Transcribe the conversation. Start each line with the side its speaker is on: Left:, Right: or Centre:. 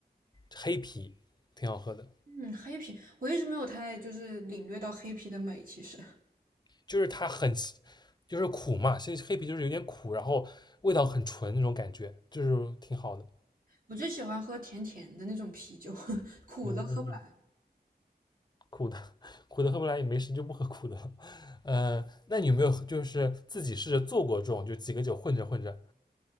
Left: 黑啤，挺好喝的。
Right: 嗯，黑啤，我一直没有太就是领略到黑啤的美。其实
Left: 就是它很，就是苦嘛，现在黑啤就是有点苦，然后味道很纯那种感觉，就是挺好的。
Right: 我最喜欢喝甜甜的那种啤酒，<laughs> 苦的喝不来。
Left: 嗯嗯嗯，苦的 <laughs> 苦的喝不来也没事，就不喝苦的。<laughs> 呃，那你有没有就是自己试着做过这种，就几个酒混着混着？